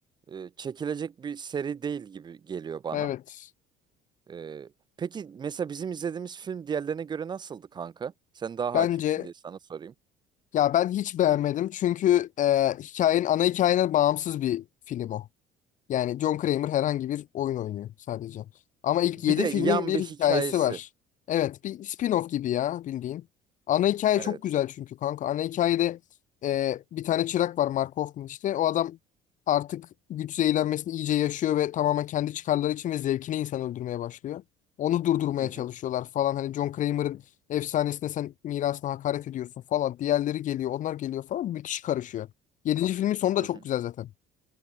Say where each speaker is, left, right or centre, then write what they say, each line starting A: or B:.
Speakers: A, on the right; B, on the left.
A: e, çekilecek bir seri değil gibi geliyor bana.
B: Evet.
A: E, peki mesela bizim izlediğimiz film diğerlerine göre nasıldı kanka? Sen daha
B: Bence
A: hakimsin diye sana sorayım.
B: Ya ben hiç beğenmedim çünkü e, hikayenin ana hikayene bağımsız bir film o. Yani John Kramer herhangi bir oyun oynuyor sadece. Ama ilk
A: Bir
B: 7
A: de
B: filmin
A: yan
B: bir
A: bir
B: hikayesi
A: hikayesi.
B: var. Evet, bir spin-off gibi ya bildiğin. Ana hikaye
A: Evet.
B: çok güzel çünkü kanka. Ana hikayede e, bir tane çırak var Mark Hoffman işte. O adam artık güç zehirlenmesini iyice yaşıyor ve tamamen kendi çıkarları için ve zevkine insan öldürmeye başlıyor. Onu durdurmaya
A: Hı hı.
B: çalışıyorlar falan. Hani John Kramer'ın efsanesine sen mirasına hakaret ediyorsun falan. Diğerleri geliyor, onlar geliyor falan. bir kişi karışıyor. Yedinci filmin sonu da
A: Hı
B: çok
A: hı.
B: güzel zaten.